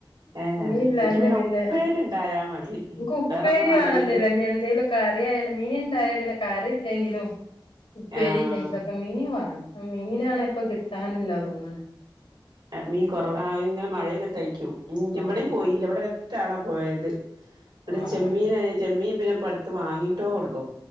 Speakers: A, on the right (about 60°); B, on the left (about 85°).
A: ഏഹ്
B: മീ ഇല്ലാഞ്ഞാ
A: ഇൻക്ക്
B: പിന്നെ
A: ഉപ്പേരി ഇണ്ടായാ മതി
B: ഇന്ക്ക് ഉപ്പേരി
A: വേറൊന്നും വേണംന്നില്ല
B: വേണെന്നില്ല ന്നി എന്തേലൊക് കറിയായ മീൻ ഇണ്ടായ പിന്നെ കറിയില്ലെങ്കിലും ഉപ്പേരി
A: ആഹ്
B: ഇല്ലെങ്കിലും ഒക്കെ മീ വാണം മീനാണേ ഇപ്പ കിട്ടാനില്ലാ തോന്നണ്
A: മീൻ കൊറവ ആ ഇങ്ങനെ മഴെയ്തിട്ടായിക്കും ഇവിടെയും
B: ആഹ്
A: പോയില്ല ഇവിടെര് റ്റാളാ പോയത് ഇടെ
B: ആഹ്
A: ചെമ്മീന ചെമ്മീൻ പിന്നെ പ്പടുത്ത് വാങ്ങിയിട്ടൊള്ളു